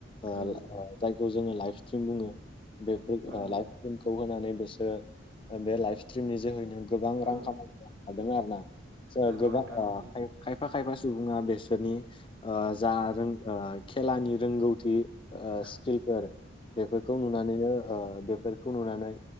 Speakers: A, on the left (about 25°); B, on the right (about 85°).
A: ओ
B: औ
A: जायखौ जोङो लाइभ स्ट्रिम बुङो बेफोर
B: औ
A: ओ लाइफ स्ट्रिमखौ होनानै बिसोरो बे लाइफ स्ट्रिम नि जोहैनो गोबां
B: औ
A: रां खामायनो हादों आरो ना ओ
B: नंगौ
A: गोबां
B: नोंथां
A: ओ
B: नंगौ
A: खायफा खायफा सुबुङा बेसोरनि ओ जा
B: औ
A: रों खेलानि रोंगौथि ओ
B: औ
A: स्किलफोर बेफोरखौ बियो ओ बेफोरखौ नुनानै